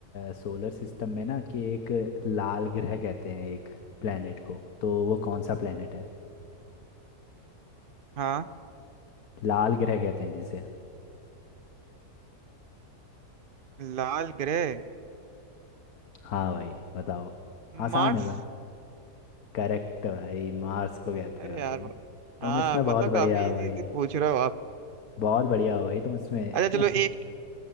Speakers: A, on the left; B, on the right.
A: सोलर सिस्टम में ना कि एक लाल ग्रह कहते हैं एक प्लेनेट को तो वो कौन सा प्लेनेट है
B: हाँ
A: लाल ग्रह कहते हैं जिसे
B: लाल ग्रह
A: हाँ भाई बताओ आसान
B: मार्स
A: है भाई करेक्ट भाई मार्स को कहते
B: अरे
A: हैं भाई
B: यार वा-
A: तुम
B: हाँ
A: इसमें
B: मतलब
A: बहुत
B: काफी
A: बढ़िया हो
B: इजी
A: भाई
B: इजी पूछ रहे हो आप
A: बहुत बढ़िया हो भाई तुम इसमें
B: अच्छा चलो एक